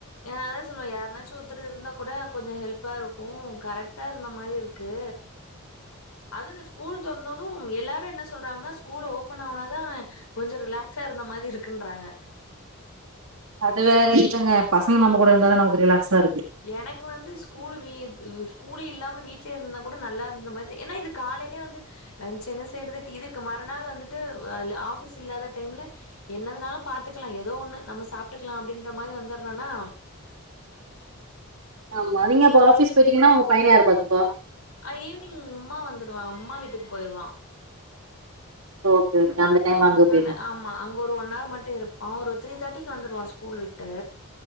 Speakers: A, on the left; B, on the right.
A: யார்னா சொல்வாங்க யாருனாசுத் ஒருத்தர் இருந்தா கூட கொஞ்ச ஹெல்ப்பா இருக்கு கரெக்டா இருந்த மாரி இருக்கு அதுவு இந்த ஸ்கூல் பொறந்தது எல்லாரு என்ன சொல்றாங்கன்னா ஸ்கூல் ஓபன் ஆவுனாதா கொஞ்சோ ரிலாக்ஸா இருந்த மாதிரி இருக்குன்றாங்க
B: அது வேற இல்லங்க பசங்க நம்மோ கூட இருந்தாதான நமக்கு ரிலாக்ஸா இருக்கு
A: எனக்கு வந்து ஸ்கூல் விது இவு ஸ்கூலு இல்லாம வீட்லேயே இருந்துருந்தா கூட நல்லா இருந்த மாதி ஏனா இது காலேல வந்து லன்ச் என்ன செய்றதுட்டு இதுக்கு மறுநாள் வந்துட்டு் அவ் இல்ல ஆபிஸ் இல்லாத டைம்ல என்னதுனால பாத்துக்கிலா ஏதோ ஒன்னு நம்ம சாப்ட்டுக்கிலா அப்டின்ற மாரி வந்தற்றனா
B: ஆமா நீங்க அப்ப ஆபீஸ் பேயிட்டீங்னா உங்க பையன யாரு பாத்துப்பா
A: அது ஈவினிங் உம்மா வந்துடுவாஅம்மா வீட்டுக்கு போயிருவா
B: <unintelligible>
A: ஆ அதனால
B: போயிரணு
A: ஆம் ஆமா அங்க ஒரு ஒன் ஹவர் மட்டு இருப்பா ஒரு த்ரி தேர்ட்டிக்கு வந்துருவா ஸ்கூல் விட்டு